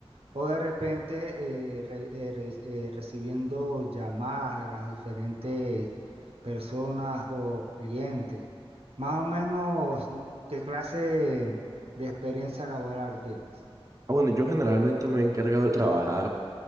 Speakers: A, on the right; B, on the right.
A: O de repente eh, re- eh, re- eh, recibiendo llamadas de las diferentes personas o clientes. Más o menos, mm, ¿qué clase de experiencia laboral tienes?
B: Ah, bueno, yo generalmente me he encargado de trabajar